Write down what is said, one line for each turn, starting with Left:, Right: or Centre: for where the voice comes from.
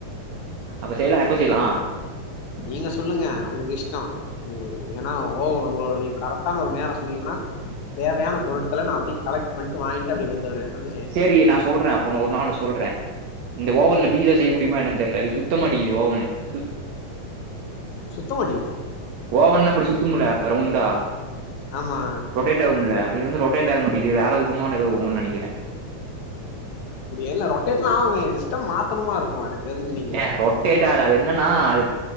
Right: அப்ப செய்யலா எப்ப செய்யலா
Left: நீங்க சொல்லுங்க உங்க இஷ்ட உ ஏனா ஓவன் உங்களோடது நீங்க கரெக்டான ஒரு நேர சொன்னீங்கன்னா தேவையான பொருட்கள நா அப்டி கலெக்ட் பண்ட்டு வாங்கிட்டு அப்டி வந்துடுவே அந்த
Right: செரி நா சொல்றே அப்ப ஒரு நாள் சொல்றே இந்த ஓவன்ல பீஸா செய்ய முடியமா என்னன்னு தெரியல இது சுத்தம்ட்ட இவா ஒன்னு சுத்
Left: சுத்த மாடிக்குதா
Right: ஓவன்னா அப்டி சுத்து முல ரவுண்டா
Left: ஆமா
Right: ரொட்டேட் ஆகும்ல இது வந்துட்டு ரொட்டேட் ஆகமாட்டிகிது இது வேற இதுமான எதோ ஒனுன் நனக்கிற
Left: அப்டியே இல்ல ரொட்டேட்லா ஆகுமே சிஸ்டம் மாத்தனுமா இருக்கு எனக்கு தெரிஞ்சு நீங்க
Right: ஏ ரொட்டேடா ஆகாது அது என்னன்னா அது